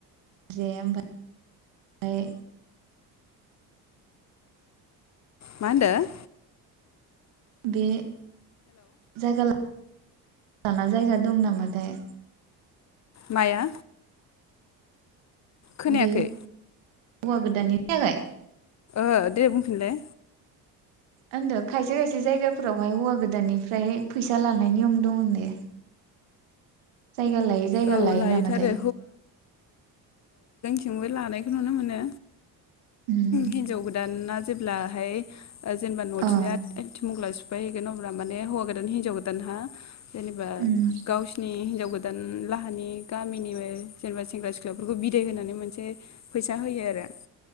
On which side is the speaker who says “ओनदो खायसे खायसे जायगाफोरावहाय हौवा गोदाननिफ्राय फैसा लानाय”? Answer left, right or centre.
Right